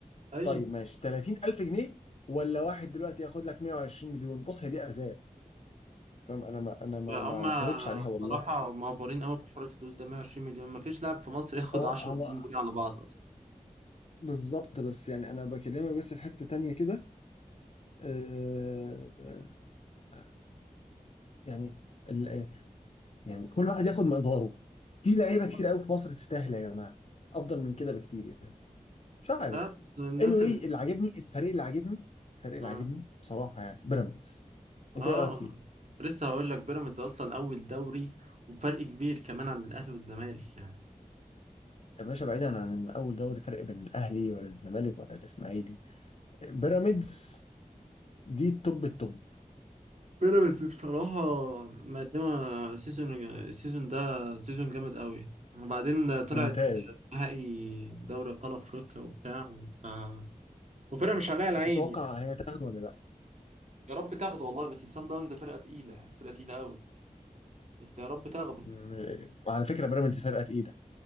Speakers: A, on the right; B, on the left.
A: ايوه
B: طيب ماشي 30000 جنيه ولا واحد دلوقتي ياخد لك 120 مليون بص هي دي ارزاق فاهم انا ما انا ما ما
A: هم
B: اعترضتش عليها
A: بصراحة
B: والله
A: معفورين قوي في حوار الفلوس ده 120 مليون ما فيش لاعب في مصر ياخد
B: هو
A: 10
B: هو
A: مليون جنيه على بعض اصلا
B: بالظبط بس يعني انا بكلمك بس في حته تانية كده آه، آه، يعني ال- يعني كل واحد ياخد مقداره في لعيبه
A: بس
B: كتير قوي في مصر تستاهل يا جماعه افضل من كده بكتير يعني مش عارف
A: ده الناس
B: anyway
A: اللي
B: اللي عاجبني الفريق اللي عاجبني الفريق اللي
A: اه
B: عاجبني بصراحة يعني بيراميدز
A: اه
B: انت ايه رايك فيه؟
A: لسه هقول لك بيراميدز اصلا اول دوري وبفرق كبير كمان عن الاهلي والزمالك يعني
B: يا باشا بعيدا عن ان اول دوري فرق بين الاهلي ولا الزمالك ولا الاسماعيلي بيراميدز دي توب التوب
A: بيراميدز بصراحة مقدمة سيزون السيزون ده سيزون جامد قوي وبعدين طلعت
B: ممتاز
A: نهائي دوري أبطال أفريقيا وبتاع ف وفرقة مش عليها العين
B: تتوقع
A: يعني
B: هي تاخده ولا لا؟
A: يا رب تاخده والله بس الصن داونز فرقة تقيلة يعني فرقة تقيلة قوي بس يا رب تاخده
B: م- وعلى فكره بيراميدز فرقه تقيله